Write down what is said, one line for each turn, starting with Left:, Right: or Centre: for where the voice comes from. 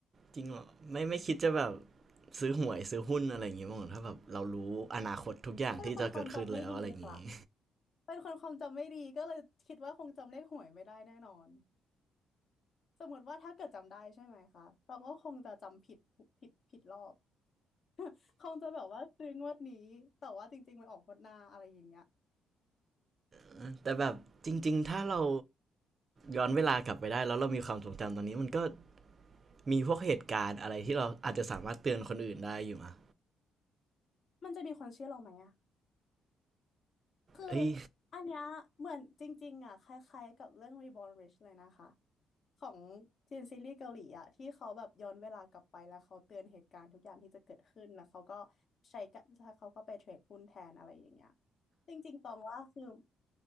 Right: จริงเหรอไม่ไม่คิดจะแบบซื้อหวยซื้อหุ้นอะไรอย่างงี้บ้างเหรอถ้าแบบเรารู้อนาคตทุกอย่างที่จะเกิดขึ้นแล้วอะไรอย่างงี้
Left: เขาเป็นคนความจำไม่ดีค่ะ เป็นคนความจำไม่ดีก็เลยคิดว่าคงจำเลขหวยไม่ได้แน่นอน สมมติว่าถ้าเกิดจำได้ใช่ไหมคะตองก็คงจะจำผิดผิดผิดรอบ <laughs> คงจะแบบว่าซื้องวดนี้แต่ว่าจริงๆมันออกงวดหน้าอะไรอย่างเงี้ย
Right: <laughs> แต่แบบจริงๆถ้าเราย้อนเวลากลับไปได้แล้วเรามีความทรงจำตอนนี้มันก็มีพวกเหตุการณ์อะไรที่เราอาจจะสามารถเตือนคนอื่นได้อยู่มะ
Left: มันจะมีคนเชื่อเราไหมอะคือ
Right: เอ้ย
Left: อันเนี้ยเหมือนจริงๆอะคล้ายๆกับเรื่อง Reborn Rich เลยนะคะ ของจีนซีรีส์เกาหลีอะที่เขาแบบย้อนเวลากลับไปแล้วเขาเตือนเหตุการณ์ทุกอย่างที่จะเกิดขึ้นแล้วเขาก็ใช้กะแล้วเขาก็ไปเทรดหุ้นแทนอะไรอย่างเงี้ยจริงๆตองว่าคือ